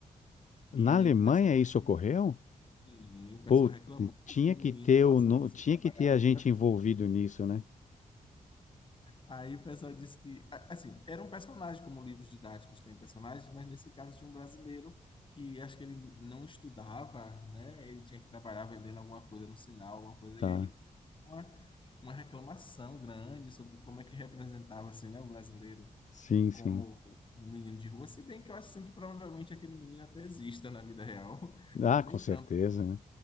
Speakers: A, on the left; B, on the left.
A: Na
B: E aí
A: Alemanha
B: o pessoal reclamou,
A: isso ocorreu?
B: sim, o pessoal
A: Pô,
B: reclamou
A: tinha
B: porque o menino
A: que ter
B: passava,
A: o, no-
B: disse
A: tinha
B: que trabalhava
A: que ter a
B: o
A: gente
B: dia
A: envolvido
B: todo.
A: nisso, né?
B: Aí o pessoal disse que, a- assim, era um personagem, como livros didáticos têm personagens, mas nesse caso tinha um brasileiro que acho que ele não estudava, né? Ele tinha que trabalhar vendendo alguma coisa no sinal, alguma coisa,
A: Tá.
B: e aí foi uma, uma reclamação grande sobre como é que representava, assim, né, o brasileiro
A: Sim,
B: como
A: sim.
B: um menino de rua, se bem que eu acho, assim, que provavelmente aquele menino até exista na vida real, <laughs>
A: Ah,
B: não é nem
A: com certeza,
B: tanto
A: né?